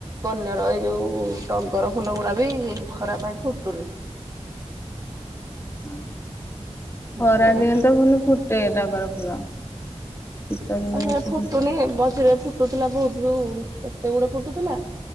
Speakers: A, on the right (about 30°); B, on the left (about 20°).
A: କନିଅର ଏଇ ଯୋଉ ଟଗର ଫୁଲ ଗୁଡା ବି ଖରା ପାଇଁ ଫୁଟୁନି।
B: ଉଁ ହୁଁ,
A: ସେଥିପାଇଁ
B: ଖରାଦିନେ ତ ଭଲ ଫୁଟେ ଟଗର ଫୁଲ। ଶୀତ ଦିନେ
A: ଆ ହେ
B: ବେଶୀ
A: ଫୁଟୁନି
B: ଫୁଟେ।
A: ମଜିରେ ଫୁଟୁଥିଲା ବହୁତ ଯଉ ଏତେ ଗୁଡେ ଫୁଟୁଥିଲା।